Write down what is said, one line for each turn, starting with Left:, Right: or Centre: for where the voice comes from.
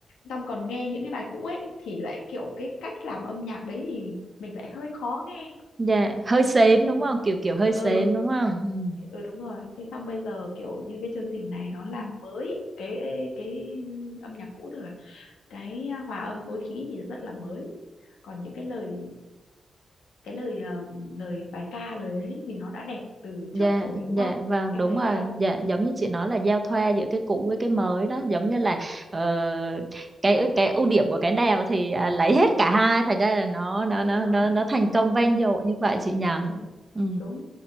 Left: xong còn nghe những cái bài cũ ấy thì lại kiểu cái cách làm âm nhạc đấy thì mình lại hơi khó nghe
Right: Dạ, hơi sến
Left: ừ
Right: đúng không? Kiểu kiểu hơi sến
Left: ừ,
Right: đúng không? Ừ.
Left: ừ đúng rồi thế xong bây giờ kiểu như cái chương trình này nó làm mới cái cái âm nhạc cũ tức là cái à, hòa âm phối khí thì rất là mới còn những cái lời cái lời à, lời bài ca lời ấy thì nó đã đẹp từ
Right: Dạ,
Left: trước rồi đúng
Right: dạ
Left: không
Right: vâng
Left: em
Right: đúng
Left: thấy
Right: rồi.
Left: thế không
Right: Dạ giống như
Left: ừ,
Right: chị nói là giao thoa giữa cái cũ với cái mới đó, giống như là ờ, cái cái ưu điểm của cái nào thì à, lấy hết cả hai thành ra là nó nó
Left: đúng
Right: nó
Left: rồi
Right: nó nó thành công vang dội như vậy chị nhỉ?
Left: ừ,
Right: Ừ.
Left: đúng